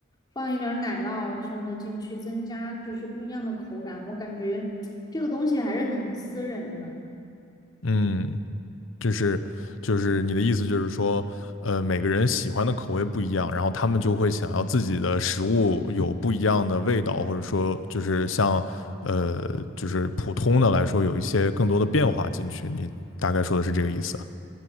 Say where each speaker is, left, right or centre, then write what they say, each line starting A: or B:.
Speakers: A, on the left; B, on the left.
A: 放一点儿奶酪什么的进去，增加就是不一样的口感。我感觉这个东西还是很私人的。
B: 嗯，就是就是你的意思就是说，呃，每个人喜欢的口味不一样，然后他们就会想要自己的食物有不一样的味道，或者说就是像呃，就是普通的来说有一些更多的变化进去。你大概说的是这个意思啊